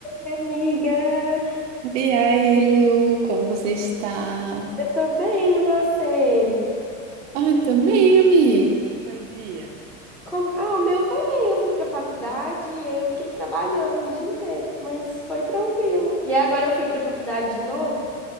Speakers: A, in the centre; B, on the right.
A: Amiga,
B: E aí, Lu, como você está?
A: eu tô bem, e você?
B: Ai, também, amiga. Foi dia.
A: Como... Ah, o meu foi bem, eu fui pra faculdade e aí eu fiquei trabalhando o dia inteiro, mas foi tranquilo. E aí agora eu fui pra faculdade de novo,